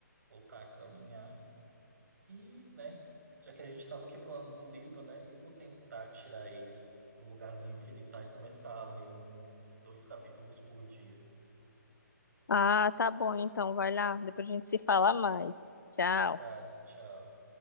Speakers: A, on the right; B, on the left.
A: voltar a caminhar. E, né, já que a gente estava aqui falando do livro, né, eu vou tentar tirar ele do lugarzinho que ele tá e começar a ler uns dois capítulos por dia.
B: Ah, tá bom, então vai lá. Depois a gente se fala mais. Tchau.
A: Tá, tchau.